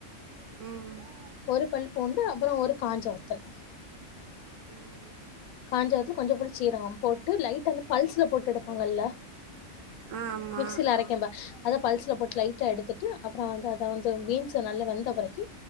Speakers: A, on the right (about 70°); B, on the left (about 85°).
A: ம்
B: ஒரு பல் பூண்டு அப்றோ ஒரு காஞ்ச வத்தல்
A: ம்
B: காஞ்சவத்தல் கொஞ்சொ போல சீரகம் போட்டு லைட்டா அந்த பல்ஸ்ல போட் டு எடுப்பாங்கல்ல
A: ஆமா
B: மிக்ஸில அரைக்கம்ப அத பல்ஸ்ல போட்டு லைட்டா எடுத்துட்டு அப்றோ வந்து அத வந் து பீன்ஸ நல்லா வெந்த பெறக்கி